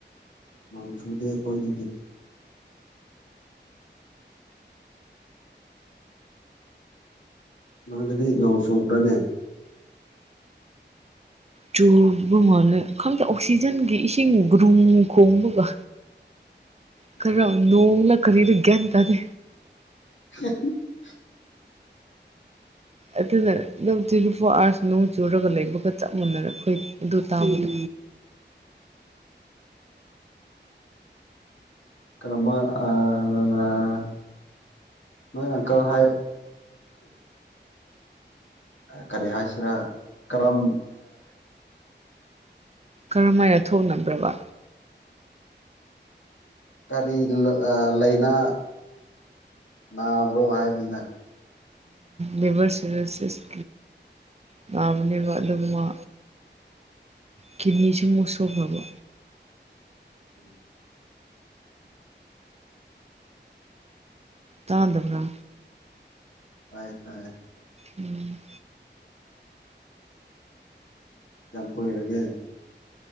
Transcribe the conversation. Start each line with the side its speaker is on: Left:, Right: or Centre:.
Left: ꯅꯣꯡ ꯆꯨꯗꯦ ꯑꯈꯣꯏ ꯒꯤꯗꯤ ꯅꯣꯏꯗꯗꯤ ꯅꯣꯡ ꯁꯨꯕ꯭ꯔꯅꯦ
Right: ꯆꯨꯕ ꯃꯥꯜꯂꯦ ꯈꯪꯗꯦ ꯑꯣꯛꯁꯤꯖꯟꯒꯤ ꯏꯁꯤꯡ ꯒ꯭ꯔꯨꯝ ꯈꯣꯡꯕꯒ
Left: <inaudible>
Right: ꯈꯔ ꯅꯣꯡꯂ ꯀꯅꯤꯔꯥ ꯒꯌ꯭ꯥꯟ ꯇꯥꯗꯦ
Left: <inaudible>
Right: ꯑꯗꯨꯅ ꯑꯗꯨꯝ ꯇ꯭ꯋꯦꯟꯇꯤ ꯐꯣꯔ ꯑꯥꯋꯥꯔꯁ ꯅꯣꯡ ꯆꯨꯔꯒ ꯂꯩꯕꯒ ꯆꯞ ꯃꯥꯟꯅꯔꯥ ꯑꯩꯈꯣꯏ ꯑꯗꯨ ꯇꯥꯕꯗꯣ
Left: <inaudible> ꯀꯔꯝꯕ ꯑꯥ ꯑꯥ ꯅꯣꯏ ꯑꯡꯀꯜ ꯍꯥꯏ ꯀꯔꯤ ꯍꯥꯏꯁꯤꯔꯥ ꯀꯔꯝ
Right: ꯀꯔꯝ ꯍꯥꯏꯅ ꯊꯣꯛꯅꯕ꯭ꯔꯕ
Left: ꯀꯔꯤ ꯂꯩꯅ ꯅꯥꯕ꯭ꯔꯣ ꯍꯥꯏꯅꯤꯅ
Right: ꯂꯤꯕꯔ ꯁꯤꯔꯣꯁꯤꯁ ꯅꯕꯅꯦꯕꯥ ꯑꯗꯨꯒ ꯃꯥ ꯀꯤꯗꯅꯤꯁꯨ ꯃꯨꯛ ꯁꯣꯛ ꯈꯔ꯭ꯕ
Left: ꯑꯩ
Right: ꯇꯗꯕꯔꯥ
Left: ꯇꯥꯏ ꯇꯥꯏ
Right: ꯎꯝ
Left: ꯀꯌꯥꯝ ꯀꯨꯏꯔꯥꯒꯦ